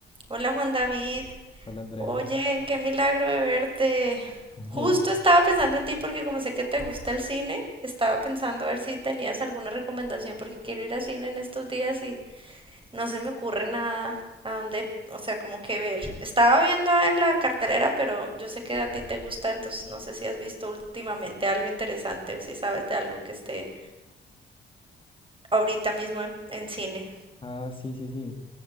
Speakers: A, on the right; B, on the left.
A: Hola Juan David,
B: Hola Andrea.
A: oye, qué milagro de verte.
B: <laughs>
A: Justo estaba pensando en ti porque como sé que te gusta el cine, estaba pensando a ver si tenías alguna recomendación porque quiero ir al cine en estos días y no se me ocurre nada a dónde, o sea, como que ver. Estaba viendo en la cartelera, pero yo sé que a ti te gusta, entonces no sé si has visto últimamente algo interesante o si sabes de algo que esté ahorita mismo en, en cine.
B: Ah, sí, sí, sí.